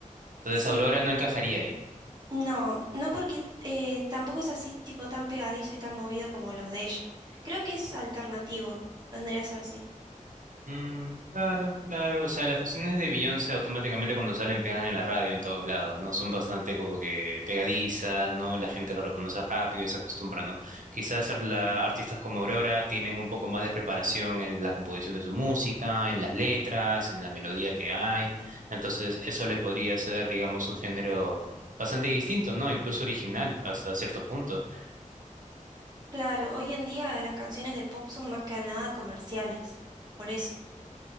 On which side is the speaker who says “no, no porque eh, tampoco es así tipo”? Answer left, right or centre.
Right